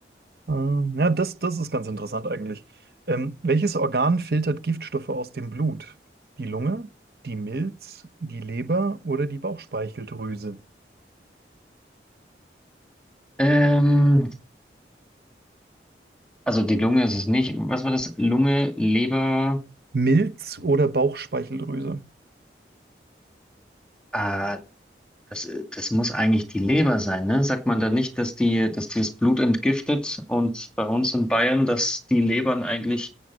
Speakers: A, on the right; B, in the centre.
A: Ähm, ja, das, das ist ganz interessant eigentlich. Ähm, welches Organ filtert Giftstoffe aus dem Blut? Die Lunge, die Milz, die Leber oder die Bauchspeicheldrüse?
B: Ähm, also die Lunge ist es nicht. Was war das? Lunge, Leber.
A: Milz oder Bauchspeicheldrüse?
B: Äh, Das, äh, das muss eigentlich die Leber sein, ne? Sagt man da nicht, dass die, dass die das Blut entgiftet und bei uns in Bayern, dass die Lebern eigentlich